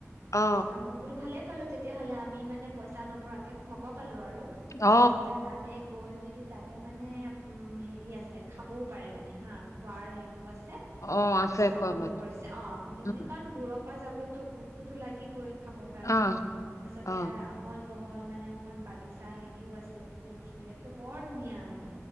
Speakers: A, on the left; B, on the right.
A: অ
B: তাৰপিছতে আৰু মই বোলো ভালেই পালো তেতিয়াহলে আমি মানে পইচা নভৰাকে সোমাব পালো আৰু
A: অ
B: তাৰপছতে গৈ মেলি তাতে মানে উম হেৰি আছে খাবও পাৰে মানে হা খোৱাৰ হেৰিও আছে
A: অ
B: ব্যৱস্থাপনো
A: আছে কয় মানে
B: কৰিছে অ আপুনি
A: উম,
B: মানে কাৰণ দূ শুৱা যাবতো ভোকতোতো লাগিবই খাবৰ কাৰণে
A: অ',
B: তাৰ পছতে
A: অ',
B: আহল বহ হল মানে এখন বাগিচা হেৰিও আছে ফুল চুল একে বৰ ধুনীয়া মানে